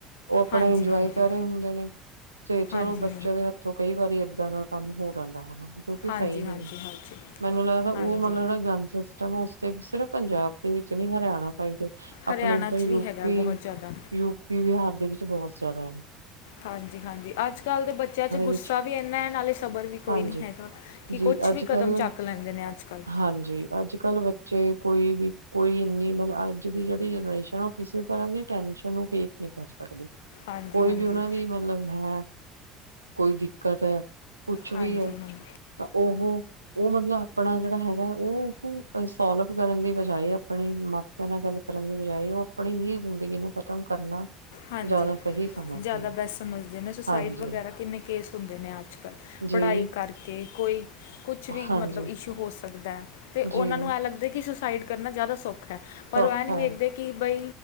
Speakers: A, on the right; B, on the left.
A: ਉਹ ਆਪਣਾ
B: ਹਾਂਜੀ
A: ਇੰਜੋਆਏ
B: ਹਾਂਜੀ
A: ਕਰ
B: ਹਾਂਜੀ
A: ਰਹੇ ਹੁੰਦੇ ਨੇ ਤੇ ਚਲੋ
B: ਹਾਂਜੀ
A: ਬੱਚਿਆਂ ਦੇ ਹੱਥ ਤੋ ਕਈ ਵਾਰੀ ਏਦਾਂ ਦਾ ਕੰਮ ਹੋ ਜਾਂਦਾ ਹੈਗਾ। ਜੋ ਕਿ
B: ਹਾਂਜੀ
A: ਸਹੀ ਨਹੀਂ,
B: ਹਾਂਜੀ ਹਾਂਜੀ
A: ਮੈਨੂੰ ਲੱਗਦਾ ਉਹ
B: ਹਾਂਜੀ
A: ਮਤਲਬ ਜਿਹੜਾ ਗੰਨ ਸਿਸਟ ਸਿਸਟਮ ਓਹ ਸਿਰਫ ਪੰਜਾਬ ਦੇ ਵਿੱਚ ਨੀ ਹਰਿਆਣਾ ਸਾਈਡ ਆਪਣੇ
B: ਹਰਿਆਣਾ
A: ਇੱਧਰ
B: 'ਚ
A: ਯੂਪੀ-ਯੂਪੀ,
B: ਵੀ ਹੈਗਾ ਬਹੁਤ ਜ਼ਿਆਦਾ
A: ਬਿਹਾਰ ਦੇ ਵਿੱਚ ਬਹੁਤ ਜ਼ਿਆਦਾ ਆ।
B: ਹਾਂਜੀ-ਹਾਂਜੀ, ਅੱਜ-ਕੱਲ੍ਹ ਦੇ ਬੱਚਿਆਂ ਤੇ ਗੁੱਸਾ
A: ਵਿੱਚ
B: ਵੀ ਏਨਾ ਐ, ਨਾਲੇ ਸਬਰ ਵੀ
A: ਹਾਂਜੀ
B: ਕੋਈ ਨੀ ਹੈਗਾ ਕਿ
A: ਜੀ
B: ਕੁਛ
A: ਅੱਜ
B: ਵੀ ਕਦਮ
A: ਕੱਲ
B: ਚੱਕ ਲੈਂਦੇ ਨੇ ਅੱਜ-ਕੱਲ੍ਹ।
A: ਹਾਂਜੀ, ਅੱਜ-ਕੱਲ੍ਹ ਬੱਚੇ ਕੋਈ ਵੀ ਕੋਈ ਇੰਨੀ ਮਤਲਬ, ਅੱਜ ਦੀ ਜਿਹੜੀ ਜਨਰੇਸ਼ਨ ਉਹ ਕਿਸੇ ਤਰ੍ਹਾਂ ਦੀ ਟੈਨਸ਼ਨ ਨੂੰ ਫੇਸ ਨੀ ਕਰ ਸਕਦੀ।
B: ਹਾਂਜੀ
A: ਕੋਈ
B: ਹਾਂਜੀ
A: ਵੀ ਉਹਨਾਂ ਦੀ ਮਤਲਬ ਹੈ ਕੋਈ ਦਿੱਕਤ ਐ, ਕੁਛ ਵੀ
B: ਹਾਂਜੀ
A: ਐ
B: ਹਾਂਜੀ
A: ਤਾਂ ਓਹੋ ਉਹ ਮਤਲਬ ਆਪਣਾ ਜਿਹੜਾ ਹੈਗਾ, ਉ-ਉਹ ਸੋਲਵ ਕਰਨ ਦੀ ਬਜਾਏ ਆਪਣੇ ਮਾ ਮਾਪਿਆਂ ਨਾਲ ਗੱਲ ਕਰਨ ਦੀ ਬਜਾਏ, ਉਹ ਆਪਣੀ ਹੀ ਜ਼ਿੰਦਗੀ ਨੂੰ ਖ਼ਤਮ ਕਰਨਾ
B: ਹਾਂਜੀ,
A: ਜ਼ਿਆਦਾ ਸਹੀ ਸਮਝਦੇ
B: ਜ਼ਿਆਦਾ ਬੈਸਟ ਸਮਝਦੇ ਨੇ ਸੁਸਾਈਡ
A: ਹਾਂਜੀ,
B: ਵਗੈਰਾ, ਕਿੰਨੇ ਕੇਸ ਹੁੰਦੇ ਨੇ ਅੱਜ-ਕੱਲ੍ਹ।
A: ਜੀ,
B: ਪੜ੍ਹਾਈ ਕਰਕੇ ਕੋਈ, ਕੁਛ ਵੀ
A: ਹਾਂਜੀ,
B: ਮਤਲਬ ਇਸ਼ੂ ਹੋ ਸਕਦਾ ਐ। ਅਤੇ
A: ਜੀ।
B: ਉਹਨਾਂ ਨੂੰ ਐਂ ਲੱਗਦਾ ਕਿ ਸੁਸਾਈਡ ਕਰਨਾ ਜ਼ਿਆਦਾ ਸੋਖਾ ਹੈ, ਪਰ
A: ਸੌਖਾ
B: ਉਹ ਇਹ ਨਹੀਂ ਵੇਖਦੇ
A: ਹੈ
B: ਕਿ ਬਈ,